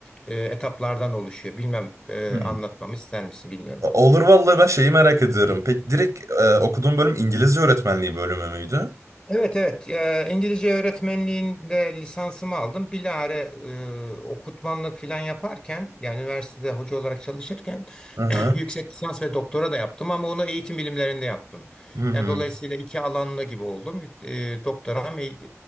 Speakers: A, on the left; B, on the right.
A: e, etaplardan oluşuyor. Bilmem e,
B: Hmm.
A: anlatmamı ister misin bilmiyorum.
B: Olur vallahi ben şeyi merak ediyorum. Peki direkt e, okuduğun bölüm İngilizce öğretmenliği bölümü müydü?
A: Evet evet Ee, İngilizce öğretmenliğinde lisansımı aldım. Bilare e, okutmanlık falan yaparken yani üniversitede hoca olarak çalışırken
B: Hı hı.
A: <clears throat> yüksek lisans ve doktora da yaptım ama onu eğitim bilimlerinde yaptım.
B: Hı hı.
A: Yani dolayısıyla iki alanlı gibi oldum. Yük- E, doktoram eğ-